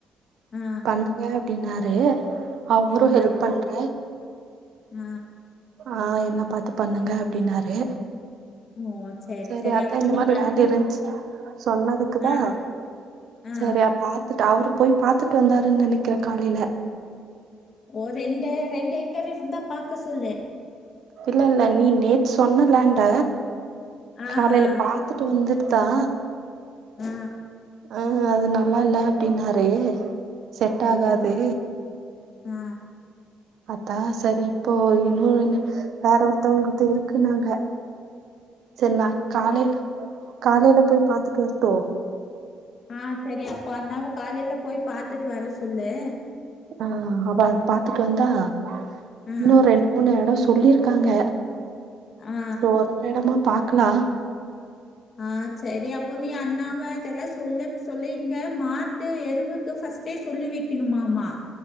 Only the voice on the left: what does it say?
ஆ,
ஆ,
ஆ
ஓ! சரி,
சரி.
அப்போ
நீ
அண்ண
ஆ, ஆ.
ஓ ரெண்டு ரெண்டு ஏக்கர் இருந்தா பாக்க சொல்லு
ஆஹா!
ஆ
ஓ!
ஆ, ஆ
ஆ சரி அப்போ அண்ணாவ காலைல போய் பாத்துட்டு வர சொல்லு
ஆ,
ஆ,
ஆ சரி அப்போ நீ அண்ணாவ இதெல்லா சொல்லு சொல்லிர்ந்த மாட்டு எருவுக்கு ஃபஸ்ட் டு சொல்லி வெக்கனுமாமா